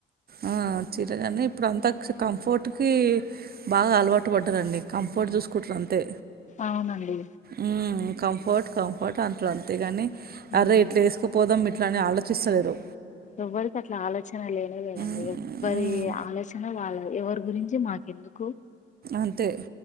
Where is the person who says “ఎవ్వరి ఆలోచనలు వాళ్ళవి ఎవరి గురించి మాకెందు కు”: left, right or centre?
Left